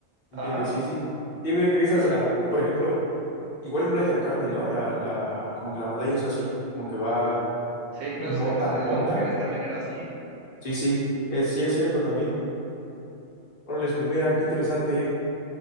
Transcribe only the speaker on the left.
Entiendo,
sí, sí. Sí, fíjate que esas,
ah, por ejemplo, igual en Playa del Carmen, ¿no? La, la, como que la playa es así, como que va
no
tan
honda.
Sí, sí, es, sí es cierto también. Órale, pues mira, qué interesante.